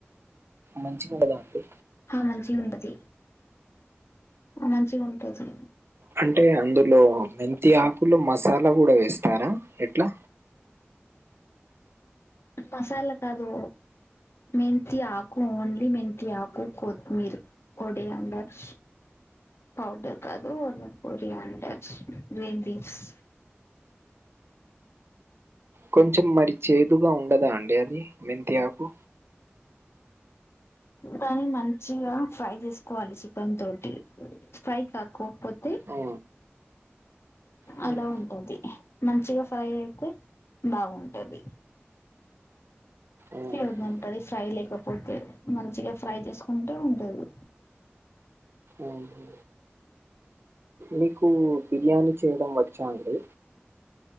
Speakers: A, on the right; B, on the left.
A: మంచిగా ఉండదా అండి
B: హ మంచిగా ఉంటది అనంచి ఉంటంది
A: అంటే అందులో మెంతి ఆకులు మసాలా కూడా వేస్తారా ఎట్లా
B: మసాలా కాదు మెంతి ఆకు ఓన్లీ మెంతి ఆకు కొత్తిమీర్ పొడి అండచ్ పౌడర్ కాదు ఓన్లీ పొడి అండచ్ గ్రీన్ లీవ్స్
A: కొంచం మరి చే దుగా ఉండదా అండి అది మెంతి ఆకు
B: కానీ మంచిగా ఫ్రై చేసుకోవాలి చికెన్ తోటి ఫ్రై కాకోకపోతే
A: ఆ! హ్మ్.
B: అలా ఉంటది మంచిగా ఫ్రై అయితే బాగుంటది
A: ఆహా!
B: చే ఉంటది ఫ్రై లేకపోతే మంచిగా ఫ్రై చేసుకుంటే ఉంటదు
A: ఆహా! మీకు బిర్యానీ చేయడం వచ్చా అండి